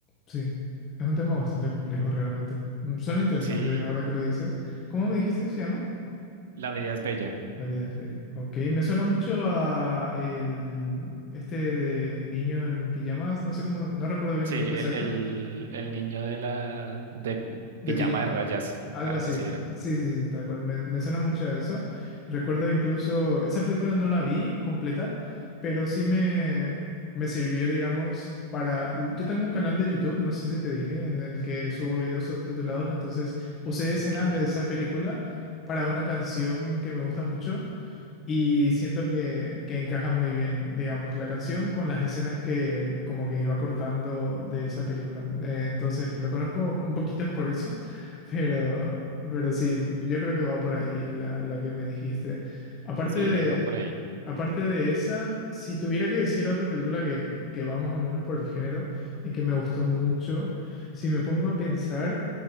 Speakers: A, on the left; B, on the right.
A: Sí. Es un tema bastante complejo realmente. Mm, Suena interesante
B: Sí,
A: ahora que lo dices. ¿Cómo me dijiste que se llama?
B: la vida es bella.
A: La vida es bella. Ok, me suena mucho a el este del niño en pijamas, no sé cómo, no recuerdo bien
B: Sí,
A: el
B: el,
A: nombre exacto,
B: el, el niño de la de
A: de
B: pijama
A: pilla,
B: de rayas,
A: algo
B: algo
A: así.
B: así era.
A: Sí, sí, sí, tal cual. Me, me suena mucho a eso. Recuerdo incluso, esa película no la vi completa, pero sí me, me sirvió, digamos, para... Yo tengo un canal de YouTube, no sé si te dije, en el que subo videos subtitulados, entonces usé escenas
B: Ok,
A: de esa película para una canción que me gusta mucho Y siento que, que encaja muy bien, digamos, la canción con las escenas que como que iba cortando de esa película. Eh, entonces lo conozco un poquito por eso, <laughs> pero, pero sí, yo creo que va por ahí la, la que me dijiste. Aparte
B: sí,
A: de,
B: va por ahí.
A: aparte de esa, si tuviera que decir otra película que, que va más o menos por el género y que me gustó mucho, si me pongo a pensar,